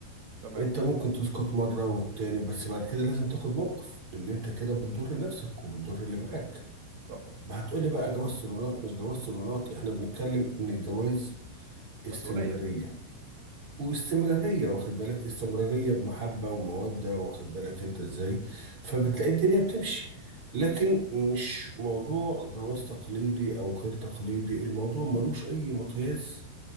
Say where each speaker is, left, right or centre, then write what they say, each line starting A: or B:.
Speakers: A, on the right; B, on the right.
A: تمام
B: انت ممكن تسكت مرة والتاني بس بعد كده لازم تاخد موقف لان انت كده بتضر نفسك وبتضر اللي معاك
A: صح
B: هتقولي بقى جواز صالونات مش جواز صالونات احنا بنتكلم ان الجواز استمرارية
A: مسؤولية
B: واستمرارية واخد بالك استمرارية بمحبة ومودة واخد بالك انت ازاي فبتلاقي الدنيا بتمشي لكن مش موضوع جواز تقليدي او غير تقليدي الموضوع ملوش اي مقياس